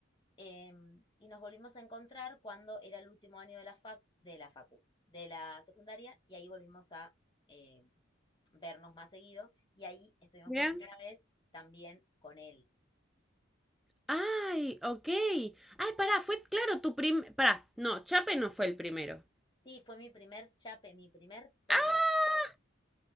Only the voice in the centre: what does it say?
Mira.
Ay, ok. Ay, pará, fue claro tu prim... Pará, no, Chape no fue el primero.
¡Ah!